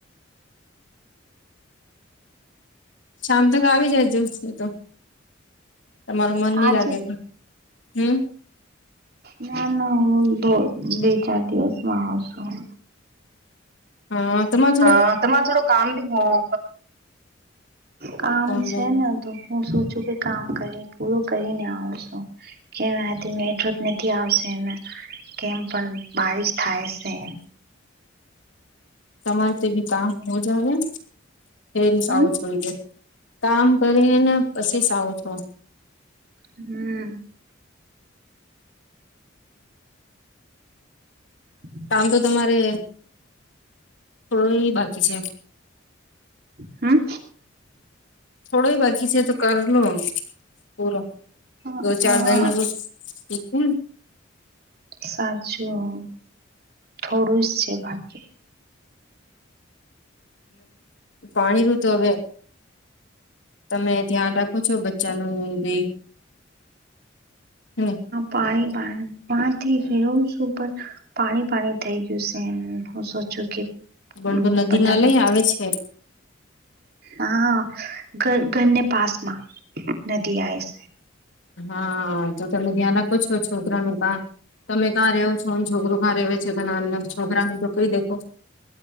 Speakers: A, on the left; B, on the right.
A: શામ તક આવી જાયજો ની તો તમારું મન નહી
B: આજે
A: લાગે તો. હમ્મ
B: ના ના દો બે ચાર દિવસ માં આવ છું.
A: હ હમારું
B: હા તમારે થોડું કામ બી હોવ કામ
A: ઓનલાઈન
B: છે ને. તો હું સૂચું કે કામ કર પૂરું કરીને આવું છું. કેમ આજે નથી આવશે એને. કેમ પણ બારિશ થાય છે.
A: તમારે તેવી કામ હોજ આવે એ
B: હમ
A: આવું જોઈ દે. કામ કરીને પછી સવ છો.
B: હમ્મ <inaudible>
A: કામ તો તમારે થોડું એ બાકી છે.
B: હા.
A: થોડો બાકી છે તો કરલો પૂરો.
B: હા
A: દો ચાર દન રૂ ઠીક હે.
B: સાચું થોડું જ છે, ભાગ્ય.
A: એ પાણી નું તો હવે. તમે ધ્યાન રાખો છો, બચ્ચાનુ બી. હમ્મ.
B: પાણી પાણી પાથી ફેરવું છું ઉપર પાણી પાણી થઈ ગયું છે હું સોચું કે
A: પણ તો નદી
B: વધારે
A: ના લઈ આવે છે.
B: હા, ઘર ઘરને પાસ માં નદી આએ સે.
A: હા તો તમે ધ્યાન રાખો છો છોકરાનું કા તમે કાં રહેવો છો, છોકરુ કાં રહે છે, ઘણા અર છોકરાને તો કઈ દે કો